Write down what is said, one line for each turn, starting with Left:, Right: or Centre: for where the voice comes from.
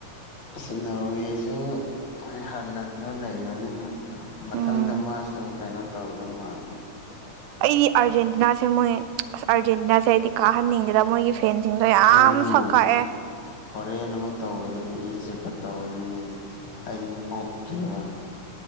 Left: ꯑꯁ ꯅ‌ꯣꯔꯋ‌ꯦꯖꯨ ꯃ‌ꯣꯏ ꯍꯂꯥꯟꯗꯣ ꯂꯩꯕꯅꯤꯅ ꯃꯊꯪꯗ
Right: ꯎꯝ
Left: ꯃꯥꯁꯨ ꯀꯩꯅꯣ ꯇꯧꯗꯧ ꯃꯥꯜꯂꯦ
Right: ꯑꯩꯗꯤ ꯑꯥꯔꯖꯦꯟꯇꯤꯅꯥꯁꯦ ꯃꯣꯏ ꯑꯁ ꯑꯥꯔꯖꯦꯟꯇꯤꯅꯥꯁꯦ ꯑꯩꯗꯤ ꯀꯥꯍꯟꯅꯤꯡꯗ‌ꯦꯗ ꯃꯣꯏꯒꯤ ꯐꯦꯟꯁꯤꯡꯗꯣ ꯌꯥꯝ
Left: ꯍꯣꯏꯅꯦ
Right: ꯁꯛ ꯀꯛꯑꯦ
Left: ꯍꯣꯔꯦꯟ ꯑꯃꯨꯛ ꯇꯧꯒꯗꯣꯏꯅꯤ ꯏꯖꯤꯞꯀ ꯇꯧꯒꯗꯣꯏꯅꯤ ꯑꯩ ꯃꯣꯛꯀꯦꯕ